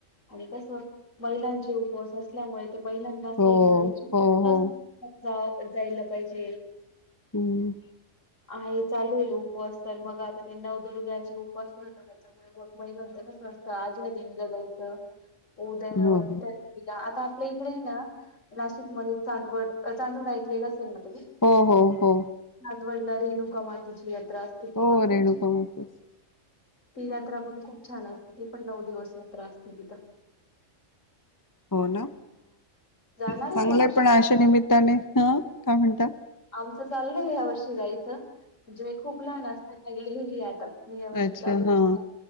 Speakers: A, on the left; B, on the left.
A: आणि कस? महिलांचे उपवास असल्यामुळे ते महिलां आहेत
B: हो हो हो
A: <inaudible> जायला पाहिजे.
B: हम्
A: आहे चालू होईल उपवास तर मग आता ते नवदुर्गाचे उपवास धरले पाहिजे. मग महिलांच कसं असतं? आज ह्या देवीला जायचं. उद्या
B: हो
A: त्या देवीला आता आपल्या इकडे आहे ना नाशिकमध्ये चांदवड, चांदवड एक. लेल असेल ना तुम्ही?
B: हो हो हो
A: राजवडला रेणुका मातेची यात्रा असते ती
B: हो
A: पण खूप
B: रेणुका माताच
A: ती यात्रा पण खूप छान असते ती पण नऊ दिवस यात्रा असते तिथं. <inaudible>
B: हो ना?
A: जाणार
B: चांगलंय
A: आहे या वर्षी
B: पण
A: चाललंय
B: अशा निमित्ताने, ह काय म्हणता?
A: आमचं चाललंय ह्या वर्षी जायचं म्हणजे मी खूप लहान असताना गेलेली आता. मी या वर्षी
B: अच्छा
A: चालू देत
B: हा
A: चाल,